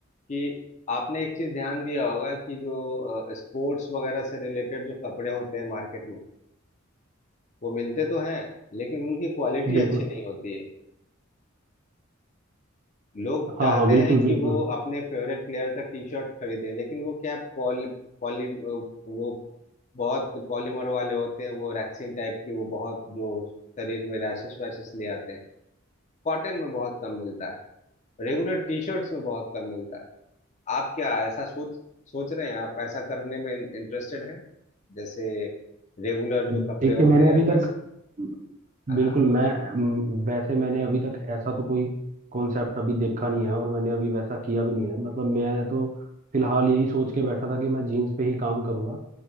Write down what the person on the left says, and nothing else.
कि आपने एक चीज ध्यान दिया होगा कि जो स्पोर्ट्स वगैरह से रिलेटेड जो कपड़े होते हैं मार्केट में वो मिलते तो हैं लेकिन उनकी क्वालिटी
अच्छी नहीं होती है लोग
चाहते
हैं कि
वो अपने फेवरेट प्लेयर का टी शर्ट खरीदें लेकिन वो क्या पॉली पॉली वो बहुत पॉलीमर वाले होते हैं वो रैक्सीन टाइप की वो बहुत जो शरीर में रैशेस वैशेस ले आते हैं कॉटन में बहुत कम मिलता है रेगुलर टी शर्ट्स में बहुत कम मिलता है आप क्या ऐसा सोच सोच रहे हैं आप ऐसा करने में इंटरेस्टेड हैं जैसे रेगुलर
जो कपड़े होते
हैं
वैसे
हाँ
हाँ,